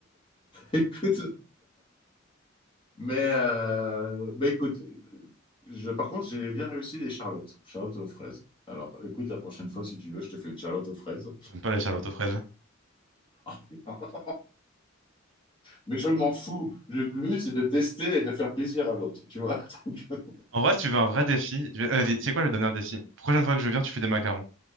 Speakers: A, on the left (about 25°); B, on the right (about 65°).
A: Écoute, mais, euh, mais écoute, je, par contre, j'ai bien réussi les charlottes, charlottes aux fraises. Alors, écoute, la prochaine fois, si tu veux, je te fais une charlotte aux fraises.
B: J'aime pas les charlottes aux fraises.
A: <laughs> Mais je m'en fous. Le but, c'est de tester et de faire plaisir à l'autre, tu vois. <laughs> Donc,
B: En vrai, si tu veux un vrai défi, je vais- euh, tu sais quoi, je vais te donner un défi. Prochaine fois que je viens, tu fais des macarons.